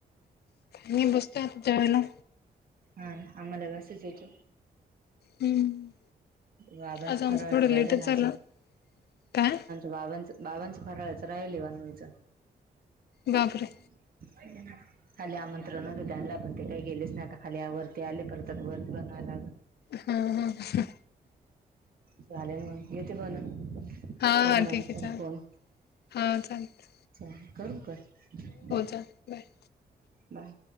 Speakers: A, on the left; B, on the right.
A: मी बस तो आतो जायला
B: हा आम्हाला ग असचयच
A: हम्म
B: बाबांचा
A: आज आमचं
B: फराळाच
A: थोडं
B: राहिला
A: लेटच
B: ना अजून
A: झालं काय
B: बाबांचं बाबांचं फराळाचं राहिल बनवायचं
A: बापरे
B: <inaudible> खाली आ मंत्र नला पते काही गेल्ले स्नाक खाली आ वरती आली पररतात वरती बनवायला
A: हा हा ह
B: चालेल मग येते बण
A: हा
B: कर
A: हा
B: नंतर
A: ठीक आहे चालेल
B: फोन
A: हा चाल. तय
B: चल करू बांद
A: चालेल बाय
B: बाय